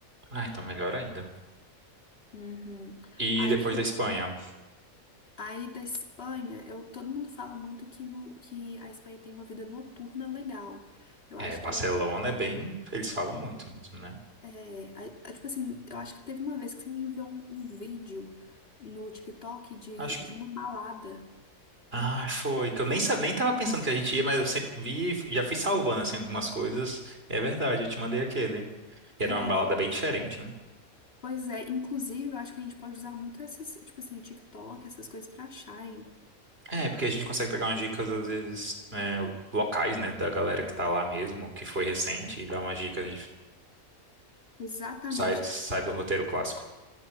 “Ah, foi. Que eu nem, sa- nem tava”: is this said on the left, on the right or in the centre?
Right